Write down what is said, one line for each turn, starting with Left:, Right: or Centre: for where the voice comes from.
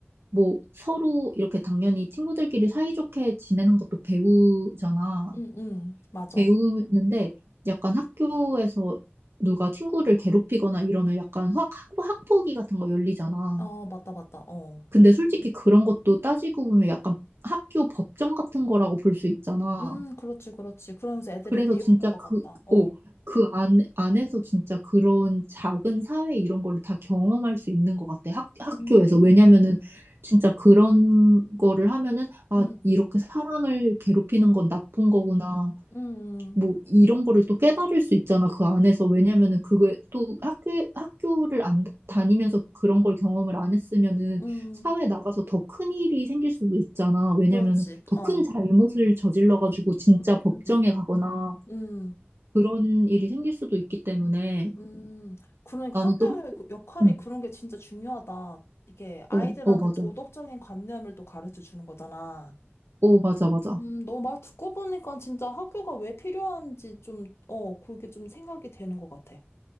Right: 뭐 서로 이렇게 당연히 친구들끼리 사이좋게 지내는 것도 배우잖아.
Left: 응, 응, 맞아.
Right: 배우는데 약간 학교에서 누가 친구를 괴롭히거나 이러면 약간 확 학- 학폭위 같은 거 열리잖아.
Left: 어, 맞다, 맞다, 어.
Right: 근데 솔직히 그런 것도 따지고 보면 약간 학교 법정 같은 거라고 볼 수 있잖아.
Left: 음, 그렇지, 그렇지. 그러면서 애들이
Right: 그래서
Left: 배우는
Right: 진짜
Left: 것
Right: 그,
Left: 같다, 어.
Right: 어, 그 안, 안에서 진짜 그런 작은 사회 이런 거를 다 경험할 수 있는 것 같아. 학, 학교에서.
Left: 음.
Right: 왜냐면은 진짜 그런 거를 하면은 아,
Left: 응,
Right: 이렇게 사람을 괴롭히는 건 나쁜 거구나.
Left: 응,
Right: 뭐 이런 거를 또 깨달을 수 있잖아 그 안에서 왜냐면은 그게 또 학교 학교를 안 다- 다니면서 그런 걸 경험을 안 했으면은
Left: 응,
Right: 사회
Left: 응.
Right: 나가서 더 큰 일이 생길 수도 있잖아 왜냐면은
Left: 그렇지.
Right: 더
Left: 어,
Right: 큰 잘못을 저질러 가지고 진짜
Left: 응,
Right: 법정에
Left: 응,
Right: 가거나
Left: 응,
Right: 그런 일이 생길 수도 있기 때문에
Left: 응. 그러니까
Right: 나는
Left: 학교의
Right: 또 학,
Left: 그 역할이
Right: 응.
Left: 그런 게 진짜 중요하다. 이게 아이들한테
Right: 어, 어 맞아
Left: 도덕적인 관념을 또 가르쳐 주는 거잖아.
Right: 어 맞아 맞아
Left: 음, 너 말 듣고 보니까 진짜 학교가 왜 필요한지 좀, 어, 그게 좀 생각이 되는 것 같아.